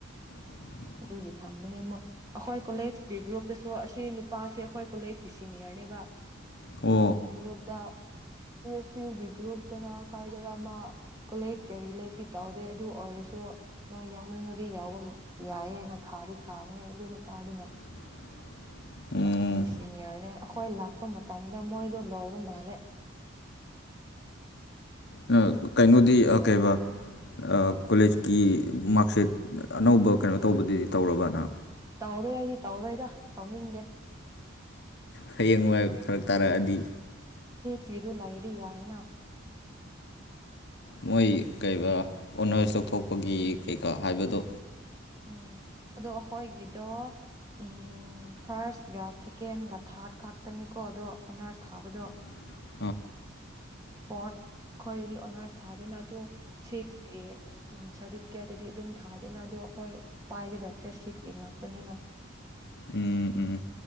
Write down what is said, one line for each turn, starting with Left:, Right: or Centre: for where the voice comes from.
Left: <unintelligible>
Right: ꯑꯗꯨꯒꯤ ꯊꯝꯕꯅꯦ ꯑꯃꯨꯛ ꯑꯩꯈꯣꯏ ꯀꯣꯂꯦꯖꯀꯤ ꯒ꯭ꯔꯨꯞꯇꯁꯨ ꯑꯁꯤ ꯅꯨꯄꯥꯁꯦ ꯑꯩꯈꯣꯏ ꯀꯣꯂꯦꯖꯀꯤ ꯁꯤꯅꯤꯌꯔꯅꯦꯕ
Left: ꯑꯣ
Right: ꯒ꯭ꯔꯨꯞꯇꯁ ꯁꯤ ꯌꯨꯒꯤ ꯒ꯭ꯔꯨꯞꯇꯔ ꯀꯥꯏꯗꯔ ꯃꯥ ꯀꯣꯂꯦꯖ ꯀ ꯔꯤꯂꯦꯇꯤ ꯇꯧꯗꯦ ꯑꯗꯨ ꯑꯣꯏꯔꯁꯨ ꯅꯣꯏ ꯌꯥꯎꯅꯤꯡꯕꯗꯤ ꯌꯥꯎꯕ ꯌꯥꯏꯌꯦꯅ ꯊꯥ ꯊꯥꯗꯤ ꯊꯥꯕꯅꯦ ꯑꯗꯨ ꯅꯨꯄꯥꯗꯨꯅ
Left: <unintelligible> ꯎꯝ
Right: ꯑꯈꯣꯏꯒꯤꯁꯤꯅꯤꯔꯅꯦ ꯑꯈꯣꯏ ꯂꯥꯈ ꯂꯄ ꯃꯇꯝꯗ ꯃꯣꯏꯗꯣ ꯂꯣꯏꯕ ꯃꯥꯜꯂꯦ
Left: ꯑ ꯀꯩꯅꯣꯗꯤ ꯀꯩꯕ ꯀꯣꯂꯦꯖꯀꯤ ꯃꯥꯔꯛꯁꯤꯠ ꯑꯅꯧꯕ ꯀꯩꯅꯣ ꯇꯧꯕꯗꯨꯗꯤ ꯇꯧꯔꯕꯅ
Right: ꯇꯧꯔꯣꯏ ꯑꯩꯗꯤ ꯇꯧꯔꯣꯏꯗ ꯇꯧꯅꯤꯡꯗꯦ
Left: ꯍꯌꯦꯡ ꯋꯥꯏ ꯐꯔꯛ ꯇꯥꯔꯛꯑꯗꯤ
Right: ꯁꯦꯗꯨ ꯂꯩꯥꯏꯔꯤ ꯌꯥ ꯍꯥꯏꯅ
Left: ꯃꯣꯏ ꯀꯩ ꯑꯣꯅꯔꯁ ꯂꯧꯊꯣꯛꯄꯒꯤ ꯀꯩꯀꯥ ꯍꯥꯏꯕꯗꯣ
Right: ꯎꯝ ꯑꯗꯣ ꯑꯩꯈꯣꯏꯒꯤꯗꯣ ꯎꯝ ꯐꯥꯔꯁꯀ ꯁꯦꯀꯦꯟꯒ ꯊꯥꯔꯠ ꯈꯥꯛꯇꯅꯤꯀꯣ ꯑꯗꯣ ꯑꯣꯅꯔꯁ ꯊꯥꯕꯗꯣ
Left: <unintelligible>
Right: ꯐꯣꯔꯊ ꯈꯣꯏꯗꯗꯤ ꯑꯣꯅꯔꯁ ꯊꯥꯗꯦꯅ ꯑꯗꯨꯗꯣ ꯁꯤꯛꯁꯀꯤ ꯁꯥꯔꯇꯤꯐꯤꯀꯦꯠꯇꯗꯤ ꯑꯗꯨꯝ ꯊꯥꯗꯦꯅ ꯑꯗꯣ ꯑꯩꯈꯣꯏ ꯄꯥꯏꯒꯗꯕꯁꯦ ꯁꯤꯁꯀꯤ ꯉꯥꯛꯇꯅꯤꯅ
Left: ꯎꯝ ꯎꯝ